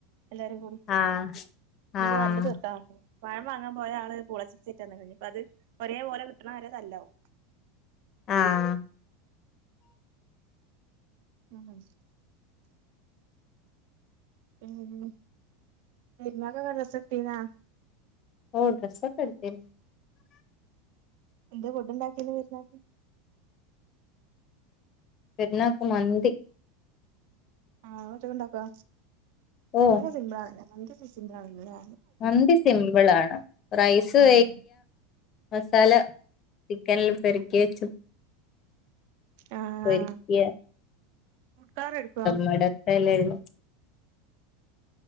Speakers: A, on the right; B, on the left.
A: എല്ലാരും കൂടി
B: ആഹ്
A: ഇപ്പ
B: ആഹ്
A: നല്ല തീർക്കാ പഴം വാങ്ങാൻ പോയ ആള് പുളച്ചി സെറ്റ്ന്ന കഴിഞ്ഞു ഇപ്പോഴേ പോലെ കിട്ടണ ആരെ തല്ലാവും
B: ആഹ്
A: ഉം മനസിലായി ഉം നിമാക്ക കസത്തിന്ന
B: ഓഹ് ഡ്രസ്സൊക്കെ എടുത്തിരുന്ന്
A: എന്ത് ഫുഡ്ണ്ടാക്കിന്ന് വരുന്ന
B: പെരുന്നാൾക്ക് മന്തി
A: ആഹ് ച്ചൊക്കെ ഉണ്ടാക്കോ
B: ഓ
A: നെ സിംമ്പിളാണല്ല നിങ്ങക്ക് സിമ്പിളാണല്ല
B: മന്തി സിമ്പിൾ ആണ് റൈസ്
A: ഉം
B: മസാല ചിക്കന പെരുക്കി വെച്ചു
A: ആഹ്
B: പോരിക്ക
A: ആഹ് ഫുഡ് കളർ എടുക്കോ
B: മത്ത ഇല്ലല്ല